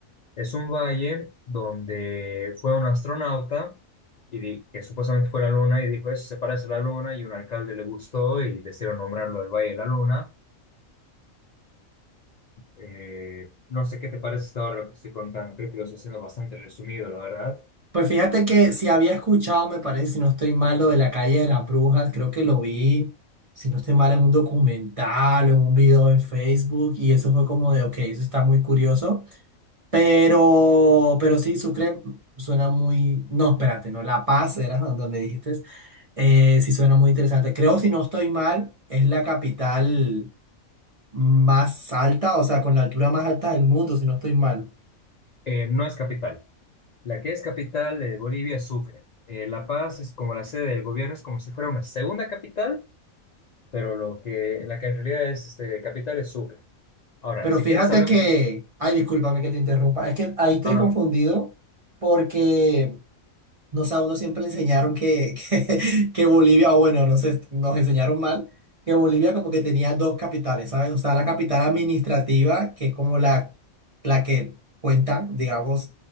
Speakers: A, on the left (about 85°); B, on the right (about 35°).
A: es un valle donde fue un astronauta y di- que supuestamente fue la Luna y dijo, eso se parece a la Luna, y un alcalde le gustó y decidieron nombrarlo el Valle de la Luna. Eh, no sé qué te parece hasta ahora lo que estoy contando, creo que lo estoy haciendo bastante resumido, la verdad.
B: Pues fíjate que si había escuchado, me parece, si no estoy mal, lo de la calle de las brujas, creo que lo vi, si no estoy mal, en un documental o en un video en Facebook, y eso fue como de, ok, eso está muy curioso, pero, pero sí, Sucre suena muy, no, espérate, no, La Paz era donde dijiste, eh, sí suena muy interesante. Creo, si no estoy mal, es la capital más alta, o sea, con la altura más alta del mundo, si no estoy mal.
A: Eh, no es capital. La que es capital de Bolivia es Sucre. Eh, La Paz es como la sede del gobierno, es como si fuera una segunda capital, pero lo que, la que en realidad es este, capital es Sucre. Ahora,
B: Pero
A: si
B: fíjate
A: quieres hablamos...
B: que,
A: un-
B: ay, discúlpame que te interrumpa, es que ahí estoy
A: No,
B: confundido
A: no,
B: porque, no sé, a uno siempre le enseñaron que, que, <laughs> que Bolivia, o bueno, no sé, nos enseñaron mal, que Bolivia como que tenía dos capitales, ¿sabes? O sea, la capital administrativa, que es como la, la que cuenta, digamos,